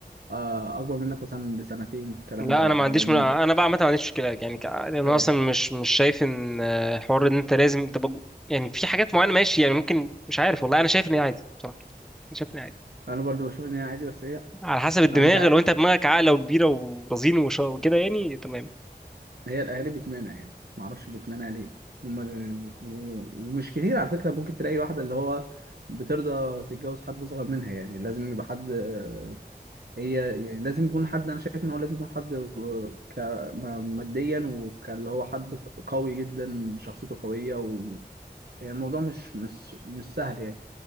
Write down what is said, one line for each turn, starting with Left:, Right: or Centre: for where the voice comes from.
Right: آه، اكبر منك مثلا بسنتين الكلام
Centre: لا
Right: ده
Centre: انا
Right: هيبقى
Centre: ما عنديش
Right: من...
Centre: من... انا بقى عامه ما عنديش مشكله يعني ك... يعني انا
Right: ايه
Centre: اصلا مش مش شايف ان آه، حوار ان انت لازم تبقى يعني في حاجات معينه ماشي يعني ممكن مش عارف والله انا شايف ان هي عادي بصراحه أنا شايف ان هي عادي
Right: انا برضو بشوف ان هي عادي بس هي
Centre: على حسب الدماغ
Right: انا مش عارف
Centre: لو انت دماغك عاقله وكبيره ورزين وش... وكده يعني تمام
Right: هي الاهالي بتمانع يعني ما اعرفش بتمانع ليه هما و- ومش كتير على فكره ممكن تلاقي واحده اللي هو بترضى تتجوز حد اصغر منها يعني لازم يبقى حد آه، هي يعني لازم يكون حد انا شايف ان هو لازم يكون حد آه، ك م- ماديا وكاللي هو حد قوي جدا شخصيته قويه و يعني الموضوع مش مش مش سهل يعني